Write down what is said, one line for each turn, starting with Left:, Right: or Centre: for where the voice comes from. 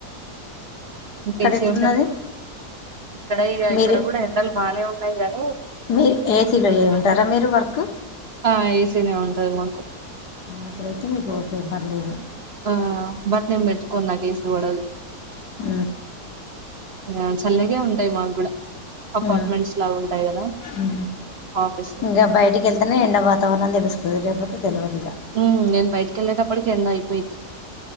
Right: తెలిసే
Left: ఎట్లున్నది
Right: ఉంటది ఇక్కడ ఇడ
Left: మీరు
Right: ఇక్కడ కూడా ఎండలు బానే ఉంటయి గని <unintelligible>
Left: మీరు ఏసీలో చేయమంటారా మీరు వర్క్ ఉ
Right: ఆ ఏసీనే ఉంటది మాకు
Left: అప్పుడు అయితే మీకు ఓకే పర్లేేదు
Right: ఆ బట్ నేను బెట్టుకొను నాకు ఏసి పడదు
Left: ఆ
Right: ఆ చల్లగే ఉంటాయి మాకు కూడా అపార్ట్మెంట్స్
Left: ఉ
Right: లాగా ఉంటాయి కదా
Left: ఉ
Right: ఆఫీస్
Left: ఇంకా బయటికి వెళ్తేనే ఎండ వాతావరణం తెలుస్తది లేకపోతే తెలియదు ఇక
Right: హ్మ్ నేను బయటికి వెళ్ళేటప్పటికి ఎండ అయిపోయిది